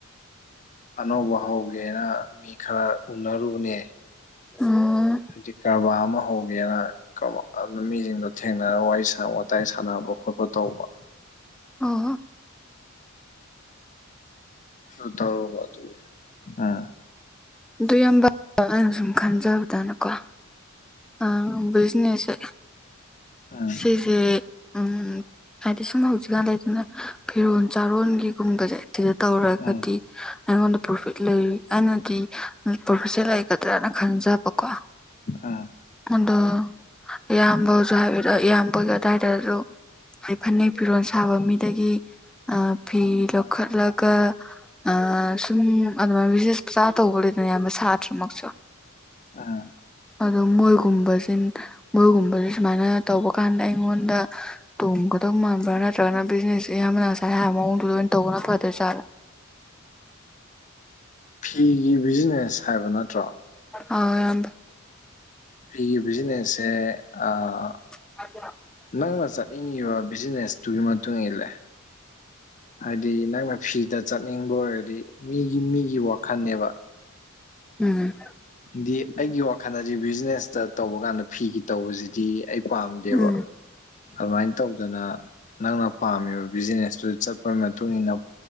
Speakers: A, on the left; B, in the centre.
A: ꯑꯅꯧꯕ ꯍꯧꯒꯦꯅ ꯃꯤ ꯈꯔ ꯎꯅꯔꯨꯕꯅꯦ
B: ꯎꯝ
A: ꯍꯧꯖꯤꯛ ꯀꯔꯕꯥꯔ ꯑꯃ ꯍꯧꯒꯦꯅ ꯀꯃ ꯑꯗꯨ ꯃꯤꯁꯤꯡꯗꯣ ꯊꯦꯡꯅꯔ ꯋꯥꯔꯤ ꯁꯥ ꯋꯥꯇꯥꯏ ꯁꯥꯟꯅꯕ ꯈꯣꯠꯄ ꯇꯧꯕ
B: ꯑꯣꯍꯣ
A: ꯑꯗꯨ ꯇꯧꯔꯨꯕ ꯑꯗꯨꯒꯤ ꯎꯝ
B: ꯑꯗꯨ ꯏꯌꯥꯝꯕ ꯑꯩꯅ ꯁꯨꯝ ꯈꯟꯖꯕꯗꯅꯀꯣ ꯑꯪ ꯕꯤꯖꯤꯅꯦꯁꯁꯦ
A: ꯎꯝ
B: ꯁꯤꯖꯦ ꯎꯝ ꯍꯥꯏꯗꯤ ꯁꯨꯝ ꯍꯧꯖꯤꯛꯀꯥꯟ ꯂꯩꯗꯅ ꯐꯤꯔꯣꯟ ꯆꯥꯔꯣꯟꯒꯤꯒꯨꯝꯕꯖꯦ ꯁꯤꯗ ꯇꯧꯔꯒꯗꯤ
A: ꯎꯝ
B: ꯑꯩꯉꯣꯟꯗ ꯄ꯭ꯔꯣꯐꯤꯠ ꯂꯩꯔꯤ ꯑꯅꯗꯤ ꯄ꯭ꯔꯣꯐꯤꯠꯁꯦ ꯂꯩꯒꯗ꯭ꯔꯅ ꯈꯟꯖꯕꯀꯣ
A: ꯎꯝ
B: ꯑꯗꯣ ꯏꯌꯥꯝꯕꯁꯨ ꯍꯥꯏꯕꯤꯔꯛ ꯏꯌꯥꯝꯕꯒꯤ ꯑꯗꯥꯏꯗꯖꯨ <unintelligible> ꯐꯅꯦꯛ ꯐꯤꯔꯣꯜ ꯁꯥꯕ ꯃꯤꯗꯒꯤ ꯑ ꯐꯤ ꯂꯧꯈꯠꯂꯒ ꯑ ꯁꯨꯝ ꯑꯗꯨꯃꯥꯏꯅ ꯕꯤꯖꯤꯅꯦꯁ ꯃꯆꯥ ꯇꯧꯕ ꯂꯩꯗꯅ ꯏꯌꯥꯝꯕ ꯁꯥꯇ꯭ꯔꯃꯛꯁꯨ
A: ꯑ
B: ꯑꯗꯣ ꯃꯣꯏꯒꯨꯝꯕꯁꯖꯤꯟ ꯃꯣꯏꯒꯨꯝꯕꯖꯦ ꯁꯨꯃꯥꯏꯅ ꯇꯧꯕ ꯀꯥꯟꯗ ꯑꯩꯉꯣꯟꯗ ꯇꯣꯡꯒꯗꯧ ꯃꯥꯟꯕ꯭ꯔꯥ ꯅꯠꯇ꯭ꯔꯒꯅ ꯕꯤꯖꯤꯅꯦꯁꯁꯦ ꯏꯌꯥꯝꯕꯅ ꯉꯁꯥꯏ ꯍꯥꯏꯕ ꯃꯑꯣꯡꯗꯨꯗ ꯑꯣꯏꯅ ꯇꯧꯕꯅ ꯐꯗꯣꯏꯖꯠꯂ
A: ꯐꯤꯒꯤ ꯕꯤꯖꯤꯅꯦꯁ ꯍꯥꯏꯕ ꯅꯠꯇ꯭ꯔꯣ
B: ꯑꯧ ꯏꯌꯥꯝꯕ
A: ꯐꯤꯒꯤ ꯕꯤꯖꯤꯅꯦꯁꯁꯦ ꯑꯥ
B: <unintelligible>
A: ꯅꯪꯅ ꯆꯠꯅꯤꯡꯉꯤꯕ ꯕꯤꯖꯤꯅꯦꯁꯇꯨꯒꯤ ꯃꯇꯨꯡ ꯏꯜꯂꯦ ꯍꯥꯏꯗꯤ ꯅꯪꯅ ꯐꯤꯗ ꯆꯠꯅꯤꯡꯕ ꯑꯣꯏꯔꯗꯤ ꯃꯤꯒꯤ ꯃꯤꯒꯤ ꯋꯥꯈꯟꯅꯦꯕ
B: ꯎꯝ
A: ꯗꯤ ꯑꯩꯒꯤ ꯋꯥꯈꯜꯗꯗꯤ ꯕꯤꯖꯤꯅꯦꯁꯇ ꯇꯧꯕ ꯀꯥꯟꯗ ꯐꯤꯒꯤ ꯇꯧꯕꯖꯤꯗꯤ ꯑꯩ ꯄꯥꯝꯗꯦꯕ
B: ꯎꯝ
A: ꯑꯗꯨꯃꯥꯏꯅ ꯇꯧꯗꯅ ꯅꯪꯅ ꯄꯥꯝꯃꯤꯕ ꯕꯤꯖꯤꯅꯦꯁꯇꯨꯗ ꯆꯠꯄꯩ ꯃꯇꯨꯡꯏꯟꯅ